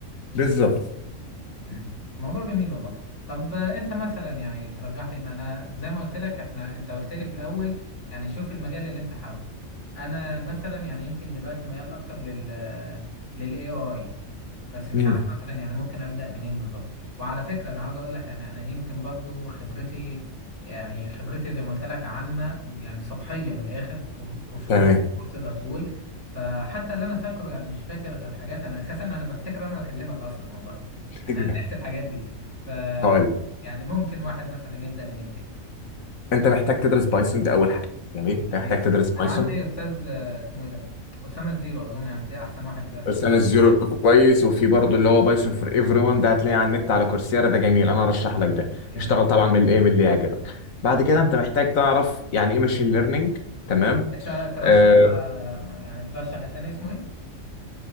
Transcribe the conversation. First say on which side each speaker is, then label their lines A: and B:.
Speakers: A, on the left (about 75°); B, on the left (about 60°).
A: بالظبط
B: مم. موضوع جميل والله طب آه، أنت مثلا يعني ترجح لي ما أنا زي ما قلت لك إحنا أنت قلت لي في الأول يعني شوف المجال اللي أنت حابه أنا مثلا يعني يمكن دلوقتي ميال أكتر لل لل AI بس مش
A: مم.
B: عارف مثلا يعني ممكن ابدا منين بالظبط وعلى فكره انا عاوز اقول لك يعني انا يمكن برضو خبرتي يعني خبرتي زي ما قلت لك عامه يعني سطحيه من الاخر كر- قشور
A: تمام
B: الكور تقدر تقول فحتى اللي انا فاكره يعني مش فاكر غير حاجات انا اساسا انا بفتكر انا بكلمك اصلا والله
A: <laughs>
B: انا <laughs> ناسي الحاجات دي ف
A: هقول
B: يعني ممكن واحد مثلا يبدا منين تاني
A: انت محتاج تدرس بايثون ده اول حاجه جميل انت
B: جميل
A: محتاج
B: جدا
A: تدرس بايثون
B: انا عندي استاذ آه، اسمه ايه ده اسامه الزيرو اظن يعني ده احسن واحد دلوقتي
A: بس
B: موجود
A: انا الزيرو كويس وفي برضه اللي هو بايثون فور ايفري ون ده هتلاقيه على النت على كورسيرا ده جميل انا هرشح لك ده
B: جميل
A: اشتغل طبعا من الايه من اللي يعجبك بعد كده انت محتاج تعرف يعني ايه ماشين ليرنينج تمام
B: انت ترشح
A: آه،
B: آه، يعني ترشح التاني اسمه ايه